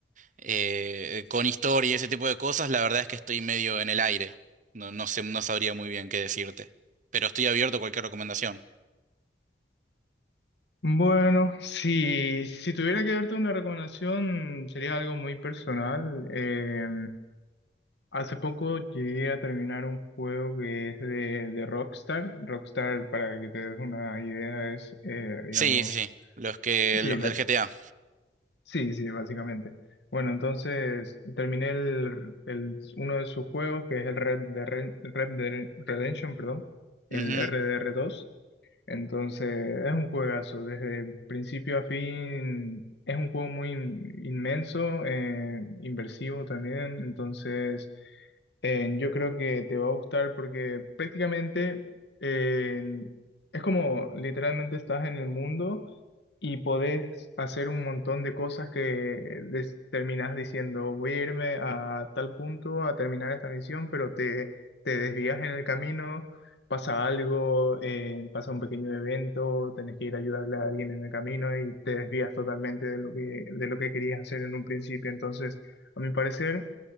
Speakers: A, on the right (about 45°); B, on the left (about 75°).
A: eh, con historia y ese tipo de cosas, la verdad es que estoy medio en el aire. No, no sé, no sabría muy bien qué decirte. Pero estoy abierto a cualquier recomendación.
B: Bueno, si, si tuviera que darte una recomendación, sería algo muy personal. Eh, hace poco llegué a terminar un juego que es de, de Rockstar. Rockstar, para que te des una idea, es, eh, digamos,
A: Sí, sí, sí. Los que,
B: sí,
A: los
B: la-
A: del GTA.
B: sí, sí, básicamente. Bueno, entonces terminé el, el- uno de sus juegos, que es el Red, de Red, Red Dead Redemption, perdón, el
A: Ujú.
B: RDR2. Entonces, es un juegazo, desde principio a fin, es un juego muy in- inmenso, eh, inversivo también, entonces eh, yo creo que te va a gustar porque prácticamente eh, es como literalmente estás en el mundo y podés hacer un montón de cosas que des- terminás diciendo, voy a irme a tal punto a terminar esta misión, pero te, te desvías en el camino, pasa algo, eh, pasa un pequeño evento, tenés que ir a ayudarle a alguien en el camino y te desvías totalmente de lo que, de lo que querías hacer en un principio. Entonces, a mi parecer